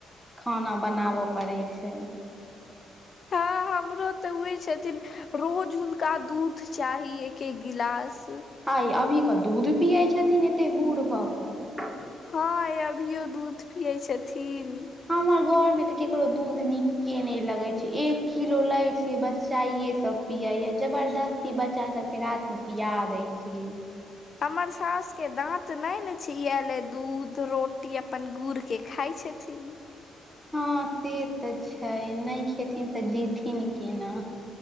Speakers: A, in the centre; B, on the left.
A: खाना बनाबै पड़ैय छैय।
B: हँ हमरो तऽ उहै छथिन रोज हुनका दूध चाही एक-एक गिलास।
A: हाई अभी के दूध पियै छथिन एते बूढ भऽ कऽ।
B: हाँ ये अभियो दूध पियै छथिन।
A: हमर घर में तऽ केकरो दूध निक्के नैय लगैय एक किलो लैय छियै बस चायै सब पियैया जबरदस्ती बच्चा सबके रातमे पिया दै छियै।
B: हमर सास के दाँत नैने छैय इहेलै दूध रोटी अपन गुड़ के खाय छथिन।
A: हँ से ते छैय नैय खेथिन तऽ जिथिन केना।